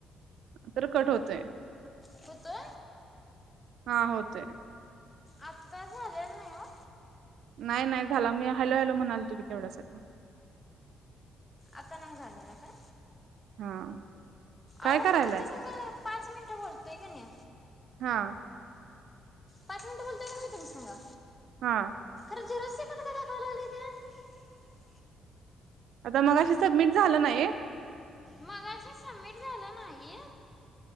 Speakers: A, on the right; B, on the left.
A: तर कट होतय.
B: हुतो?
A: हा होतय.
B: आत्ता झालेल नाही ओ.
A: नाही नाही झाला. मी हॅलो हॅलो म्हणालतो की तेवढ्यासाठी, <inaudible>
B: आता नाही झाले ना खर!
A: हा काय
B: आओ
A: करायलाय?
B: मी तुमच्यासंग पाच मिनिटं बोलतोय की नई?
A: हा
B: पाच मिनटं बोलतोय की नई मी तुमच्यासंग?
A: हा
B: <unintelligible>
A: आता मगाशी सबमिट झालं ना एक
B: मघाशी सबमिट झालं नाही,